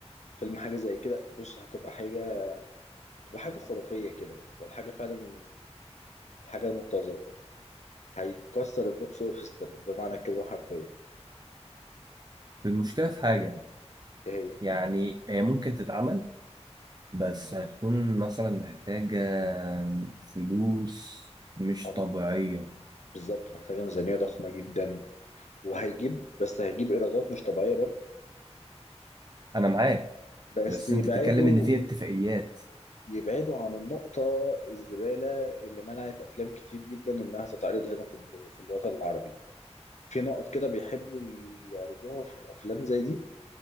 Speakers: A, on the left (about 90°); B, on the right (about 35°).
A: فيلم حاجه زي كده بص هتبقى حاجه تبقى حاجه خرافيه كده تبقى الحاجه فعلا الحاجه المنتظره هيكسر البوكس اوفيس بمعنى الكلمه حرفيا
B: المشكله في حاجه
A: ايه هي
B: يعني هي ممكن تتعمل بس هتكون مثلا محتاجه فلوس مش
A: أم-
B: طبيعيه
A: بالظبط محتاجه ميزانيه ضخمه جدا وهيجيب بس هيجيب ايرادات مش طبيعيه برضه
B: انا معاك
A: بس
B: بس
A: يبعدوا
B: انت بتتكلم ان في اتفاقيات
A: يبعدوا عن النقطة الزبالة اللي منعت أفلام كتير جدا إنها تتعرض هنا في ال- في الوطن العربي في نقط كده بيحبوا يعرضوها في أفلام زي دي